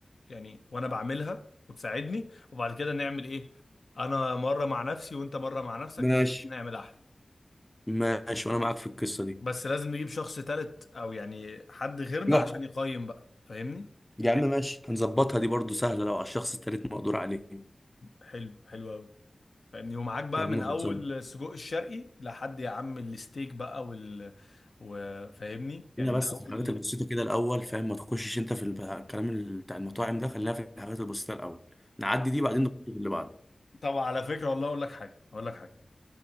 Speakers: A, on the left; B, in the centre.
A: يعني وانا بعملها وتساعدني وبعد كده نعمل ايه انا مره مع نفسي وانت مره مع نفسك
B: ماشي
A: ونشوف مين هيعمل احلى
B: ماشي وانا معاك في القصه دي
A: بس لازم نجيب شخص تالت او يعني حد غيرنا
B: يحكم
A: عشان يقيم بقى فاهمني
B: يا عم ماشي هنظبطها دي برضو سهله لو على الشخص التالت مقدور عليه
A: حلو حلو قوي فاهمني ومعاك بقى
B: يا عم
A: من
B: خلصان
A: اول السجق الشرقي لحد يا عم الستيك بقى وال وفاهمني يعني
B: هي بس
A: من اول
B: في الحاجات البسيطة كده الأول فاهم ما تخشش أنت في الب- الكلام ال- بتاع المطاعم ده خلينا في الحاجات البسيطة الأول نعدي دي بعدين نخش في اللي بعده
A: طب على فكره والله اقول لك حاجه اقول لك حاجه